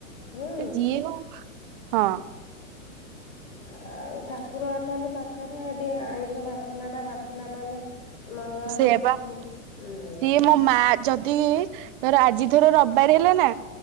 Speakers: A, on the left; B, on the right.
A: ହୁଁ
B: ଯିଏ ହଉ ହଁ
A: ହଁ <inaudible> ଆଉ ଠାକୁର ଅଛନ୍ତି ପାଖରେ ସେଠି ଆଇଁଷ ବାସନା ଟା ବାସିଲା ମାନେ ମଙ୍ଗଳା
B: ସେୟା
A: ମା
B: ବା
A: ସିଏ ପୁଣି ହୁଁ
B: ସିଏ ମୋ ମା ଯଦି ଧର ଆଜି ଥର ରବିବାର ହେଲା ନା